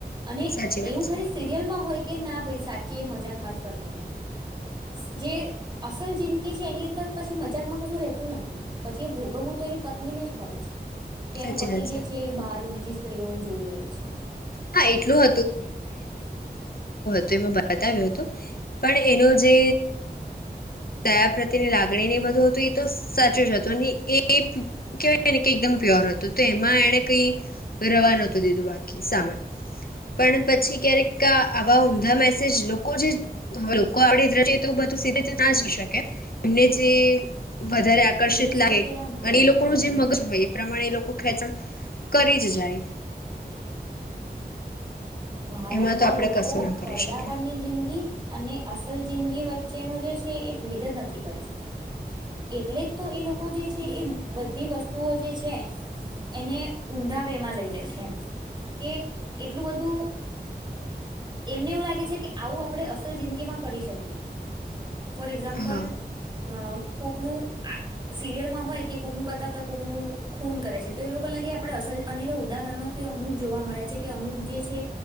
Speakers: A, on the right (about 25°); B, on the left (about 60°).
A: અને
B: સાચી વાત
A: એવું ખાલી
B: છે
A: સિરિયલમાં હોય કે ના ભાઈ સાચે એ મજાકમાં જ કરતું હોય જે અસલ જિંદગી છે એની અંદર પછી મજાકમાં કશું રહેતું નથી પછી એ ભોગવવું તો એની પત્નીને જ પડે છે કેને
B: સાચી
A: પતિ
B: વાત
A: જે છે એ બહાર બીજી સ્ત્રીઓને જોઈ રહ્યું છે
B: હા એટલું તો એમાં બતાવ્યો હતો પણ એનો જે દયા પ્રત્યેની લાગણી ને બધું હતું એ તો સાચું જ હતું અને એ કહેવાયને કે એકદમ પ્યોર હતું તો એમાં એને કઈ રવા નહોતું દીધું બાકી સામે પણ પછી ક્યારેક આવા ઊંધા મેસેજ લોકો જે હવે લોકો આપડેએ તો બધું સીધી એમને જે વધારે આકર્ષિત
A: એજ
B: લાગે
A: તો કેવા હા
B: અને એ લોકો ન જે મગજ હોય એ પ્રમાણે લોકો ખેંચણ કરી જ જાય
A: ભારતના
B: એમાં તો આપણે
A: લોકો
B: કશું ના કરી
A: પડદા
B: શકીએ
A: પરની જિંદગી અને અસલ જિંદગી વચ્ચેનું જે છે એ ભેદ જ નથી કરી શકતા એટલે જ તો એ લોકો જે છે એ બધી વસ્તુઓ જે છે એને ઊંધા વેમાં લઈ લે છે એમ કે એટલું બધું એમને એવું લાગે છે કે આવું આપડણે અસલ જિંદગીમાં કરી શકીએ ફોર એક્ઝામ્પલ
B: હા
A: અ કોકનું આ સિરિયલમાં હોય કે કોકનું બતાવતા કોકનું ખૂન કરે છે તો એ લોકો લાગે આપડણે અવા ઉદાહરણો પણી અમુક જોવા મળ્યા છે કે અમુક જે છે